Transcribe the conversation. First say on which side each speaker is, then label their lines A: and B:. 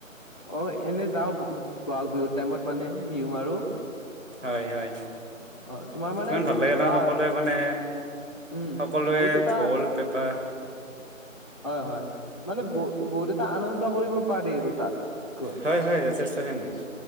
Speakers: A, on the left (about 30°); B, on the right (about 65°).
A: অ এনে যাও বহাগ বিহুত টাইমত মানে বিহু মাৰো
B: হয় হয়
A: অ তোমাৰ মানে
B: কিমান ভাল লাগে
A: ধৰা
B: নহ সকলোৱে মানে
A: উম
B: সকলোৱে
A: বহুত এটা
B: ঢোলে পা
A: হয়-হয় মানে বহু বহুত এটা আনন্দ কৰিব পাৰি আৰু তাত৷ গৈ
B: হয় হয় যথেষ্টখিনি